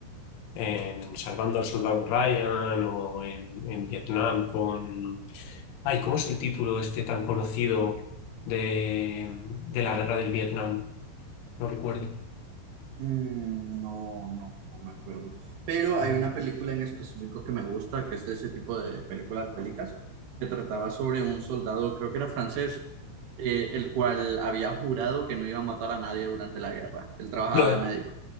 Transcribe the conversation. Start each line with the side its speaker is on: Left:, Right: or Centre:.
Left: en Salvando al Soldado Ryan o en, en Vietnam con... Ay, ¿cómo es el título este tan conocido de, de la guerra del Vietnam? No recuerdo.
Right: Mm, no, no, no me acuerdo. Pero
Left: ¿Cuál?
Right: hay una película en específico que me gusta, que es de ese tipo de películas bélicas, que trataba sobre un soldado, creo que era francés, eh, el cual había jurado que no iba a matar a nadie durante la guerra. Él trabajaba
Left: Lo-
Right: de médico.